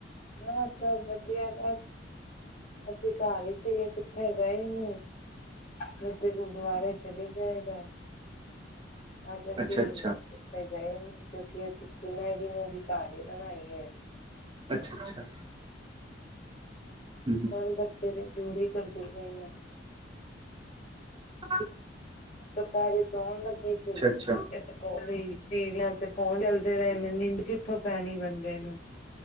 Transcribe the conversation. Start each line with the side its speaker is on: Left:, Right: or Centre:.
Left: ਹਾਂ ਸਭ ਵਧੀਆ ਬਸ। ਅਸੀਂ ਘਰ ਹੀ ਸੀਗੇ ਕਿ ਉੱਥੇ ਗਏ ਨੀ, ਜਿੱਥੇ ਗੁਰਦੁਆਰੇ ਚਲੀ ਜਾਏ ਤਾਂਏ ਅੱਜ ਅਸੀਂ,
Right: ਅੱਛਾ ਅੱਛਾ
Left: ਇੱਥੇ ਗਏ ਨੀ ਕਿਉਂਕਿ ਅੱਜ ਅਸੀਂ ਮੈਗੀ ਮੂਗੀ ਘਰ ਹੀ ਬਣਾਈ ਐ।
Right: ਅੱਛਾ, ਅੱਛਾ। ਹ
Left: ਹੁਣ ਬੱਚੇ ਦੀ ਜੂੜੀ ਕਰਦੀ ਪਈ ਆਂ।
Right: ਹਾਂ।
Left: ਦੁਪਹਿਰੇ ਸੋਣ ਲੱਗੀ ਸੀ, ਤੇ
Right: ਅੱਛਾ ਅੱਛਾ
Left: ਇੱਕ ਕੋਲੀ ਟੀਵੀਆਂ ਤੇ ਫੋਨ ਚਲਦੇ ਰਹੇ ਨੇ, ਨਿੰਂਦ ਕਿੱਥੋਂ ਪੈਣੀ ਬੰਦੇ ਨੂੰ।